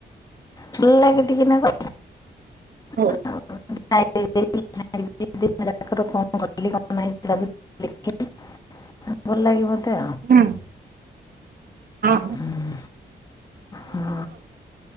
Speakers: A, on the left (about 20°); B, on the right (about 55°).
A: ଭଲ ନଗେ ଟିକେ ନାଗୁ।
B: ହଉ।
A: ନାଇ <unintelligible> <unintelligible> ଭଲ ଲାଗେ ମୋତେ। ମତେ
B: ହୁଁ ହଁ
A: ଉଁ ହଁ ଆ